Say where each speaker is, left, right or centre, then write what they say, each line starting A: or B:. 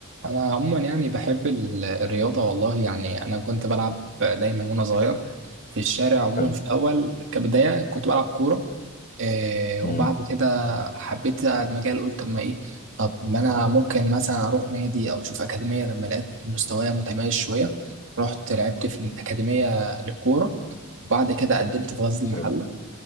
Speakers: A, on the right; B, on the left.
A: انا عموما يعني بحب ال- الرياضه والله يعني انا كنت بلعب دايما وانا صغير في الشارع عموما
B: حلو
A: في الاول كبدايه كنت بلعب كوره آه وبعد
B: امم
A: كده حبيت المجال قلت طب ما ايه طب ما انا ممكن مثلا اروح نادي او اشوف اكاديميه لما لقيت مستوايا متميز شويه رحت لعبت في الاكاديميه للكوره وبعد كده قدمت في غزل المحله
B: حلو